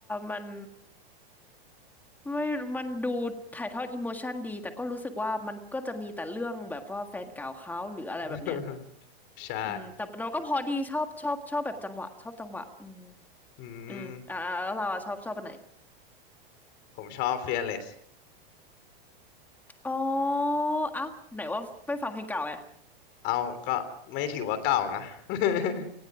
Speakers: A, in the centre; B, on the left.
A: มันไม่มันดูถ่ายทอดอิโมชันดีแต่ก็รู้สึกว่ามันก็จะมีแต่เรื่องแบบว่าแฟนเก่าเขาหรืออะไรแบบเนี้ย
B: <laughs> ใช่
A: อืมแต่เราก็พอดีชอบชอบชอบแบบจังหวะชอบจังหวะอืม
B: อืม
A: อืมอ่าอ่าแล้วเราอะชอบชอบอันไหน
B: ผมชอบ fearless
A: อ๋อเอ้าไหนว่าไม่ฟังเพลงเก่าไง
B: เอาก็ไม่ถือว่าเก่านะ <laughs>